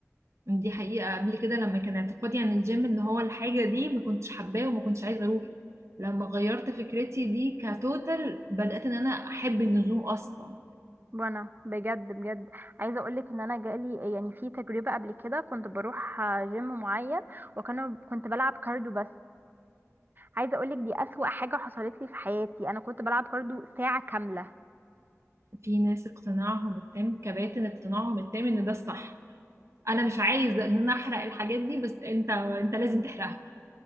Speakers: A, on the right; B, on the right.
A: دي حقيقه قبل كده لما كان اعتقادي عن الجيم ان هو الحاجه دي ما كنتش حباه وما كنتش عايزه اروحه لما غيرت فكرتي دي كتوتال بدات ان انا احب النزوم اصلا
B: وانا بجد بجد عايزة اقولك ان انا جالي يعني في تجربة قبل كده كنت بروح جيم معين وكانوا كنت بلعب كارديو بس عايزة اقولك دي اسوأ حاجة حصلت لي في حياتي انا كنت بلعب كارديو ساعة كاملة
A: في ناس اقتناعهم التام كباتن اقتناعهم التام ان ده الصح انا مش عايزه ان انا احرق الحاجات دي بس انت انت لازم تحرقها